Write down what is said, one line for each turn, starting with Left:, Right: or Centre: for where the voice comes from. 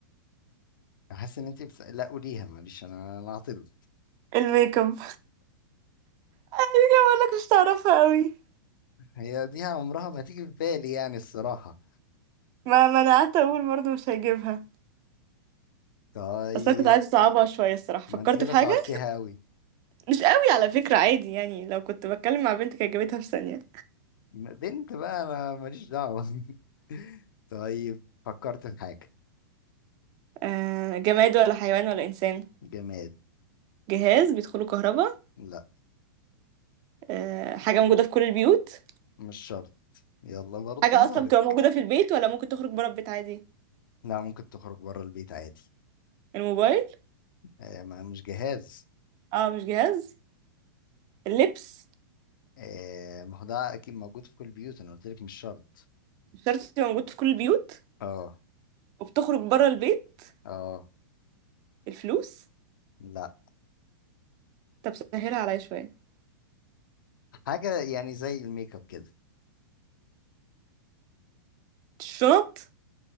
Left: حاسس ان انت بس... لا قوليها معلش انا انا عاطل
Right: الميك اب ايوه بقول لك مش تعرفها قوي
Left: هي دي عمرها ما تيجي في بالي يعني الصراحة
Right: ما منعت اقول برضه مش هجيبها
Left: طيب
Right: بس انا كنت عايزه اصعبها شويه الصراحه
Left: ما
Right: فكرت
Left: انت كده
Right: في حاجه
Left: صعبتها قوي
Right: مش قوي على فكره عادي يعني لو كنت بتكلم مع بنت كانت جابتها في ثانيه
Left: بنت بقى انا ماليش دعوة <laughs> طيب فكرت في حاجة
Right: آه جماد ولا حيوان ولا انسان
Left: جماد
Right: جهاز بيدخله كهرباء
Left: لا
Right: آه حاجه موجوده في كل البيوت
Left: مش شرط يلا بردها
Right: حاجه اصلا
Left: لك
Right: بتبقى موجوده في البيت ولا ممكن تخرج بره البيت عادي
Left: لا ممكن تخرج بره البيت عادي
Right: الموبايل
Left: آه ما مش جهاز
Right: اه مش جهاز اللبس
Left: آه ما هو ده اكيد موجود في كل البيوت انا قلت لك مش شرط
Right: مش شرط تبقى موجود في كل البيوت
Left: اه
Right: وبتخرج بره البيت
Left: اه
Right: الفلوس
Left: لا
Right: طب سهلها عليا شويه
Left: حاجة يعني زي الميك اب كده
Right: الشنط